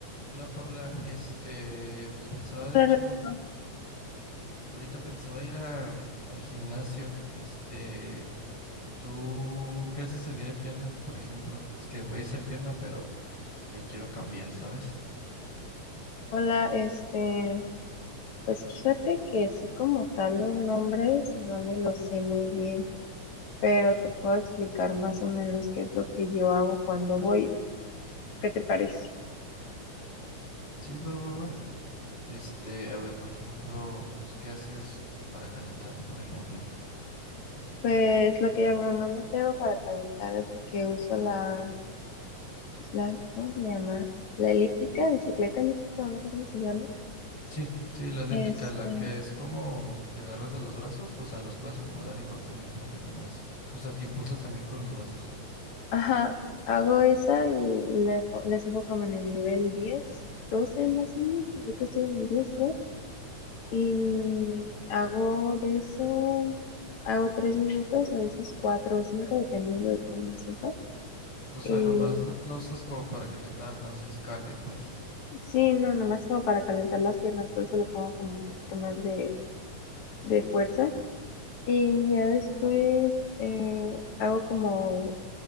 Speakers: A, on the left; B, on the left.
A: Hola Paula, este, pues pensaba,
B: Hola,
A: de hecho,
B: Rodrigo.
A: ahorita pensaba ir a, al gimnasio. Este, ¿tú qué haces el día de pierna, por ejemplo? Es que voy a hacer pierna, pero le quiero cambiar, ¿sabes?
B: Hola, este, pues fíjate que sí como tal los nombres no me los sé muy bien, pero te puedo explicar más o menos qué es lo que yo hago cuando voy. ¿Qué te parece?
A: Sí, va, va, va. Este, a ver, por ejemplo, pues, ¿qué haces para calentar, por ejemplo?
B: Pues lo que yo normalmente hago para calentar es de que uso la, pues, la, ¿cómo se llama? La elíptica, bicicleta elíptica, o no sé cómo se llama.
A: Sí, sí, la elíptica,
B: Este,
A: la que es como te agarras de los brazos, o sea, los puedes acomodar igual también como que te mueves. O sea, te impulsas también con los brazos.
B: ajá, hago esa y le, po- le subo como en el nivel 10, 12 más o menos. Ahorita estoy en el 10, Y hago de eso, hago tres minutos, a veces cuatro o cinco, dependiendo de cómo me sienta.
A: O sea,
B: Y
A: nomás lo, la usas como para calentar, no haces cardio, pues.
B: sí, no, nomás como para calentar las piernas, por eso le pongo como un poquito más de, de fuerza. Y ya después eh, hago como